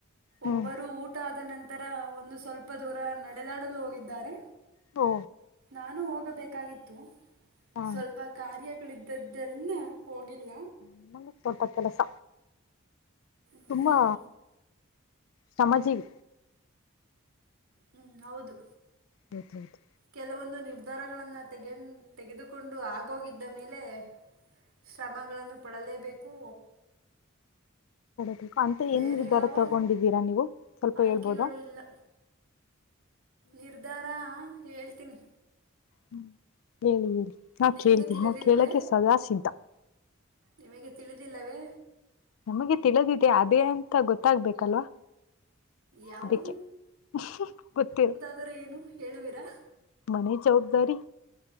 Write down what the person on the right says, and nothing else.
ಒಬ್ಬರು ಊಟ ಆದ ನಂತ ತರ ಒಂದು ಸ್ವಲ್ಪ ದೂರ ನಡೆದಾಡಲು ಹೋಗಿದ್ದಾರೆ
ನಾನು ಹೋಗಬೇಕಾಗಿತ್ತು
ಸ್ವಲ್ಪ ಕಾರ್ಯಗಳಿದ್ದದ ರಿಂದ ಹೋಗಿಲ್ಲ
ಹ್ಮ್,
ಹೂ ಹೌದು
ಕೆಲವೊಂದು ನಿರ್ಧಾರಗಳನ್ನು ತೆಗೆನ್ದ ತೆಗೆದುಕೊಂಡು ಆಗೋಗಿದ್ದ ಮೇಲೆ ಶ್ರಮಗಳನ್ನು ಪಡಲೇಬೇಕು
ಬೇರೆ
ಯಾವ
ಆಯ್ಕೆಗಳು
ಇಲ್ಲ ನಿರ್ಧಾರ ಹೇಳ್ತೀನಿ
ನಿಮಗೆ
ತಿಳಿದಿಲ್ಲವೇ
ನಿಮಗೆ ತಿಳಿದಿಲ್ಲವೇ
ಯಾವುದು
ಅಂದರೆ ಏನು ಹೇಳುವೀರಾ